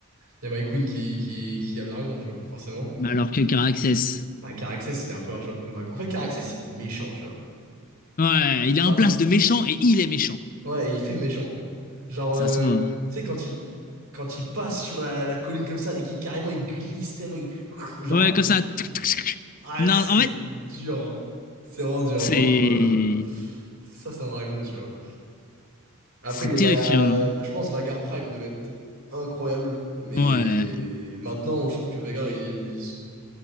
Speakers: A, on the right (about 75°); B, on the left (about 40°).
A: il y a My Queen qui, qui, qui a le dragon, tu vois, donc forcément.
B: Mais alors que Caraxes.
A: Bah, Caraxès, il est un peu un job comme dragon. En fait, Caraxès, il est méchant, tu vois.
B: Ouais, il
A: Genre,
B: a un place
A: il-
B: de méchant et il est méchant.
A: Ouais, et il fait méchant. Genre,
B: Ça
A: euh,
B: se voit.
A: tu
B: hein.
A: sais, quand il, quand il passe sur la, la colline comme ça et qu'il carrément, il glisse tellement, il- genre,
B: Ouais, comme ça. tuc, tuc, tuc.
A: ah,
B: Non,
A: c'est
B: en fait,
A: dur, hein. C'est vraiment dur,
B: c'est.
A: hein. franchement. euh, Ça, c'est un dragon, tu vois. Après,
B: C'est
A: il y a,
B: terrifiant,
A: bah, il y a-
B: là.
A: je pense Vagar Prime devait être incroyable, mais
B: Ouais.
A: maintenant, je trouve que Vagar, il...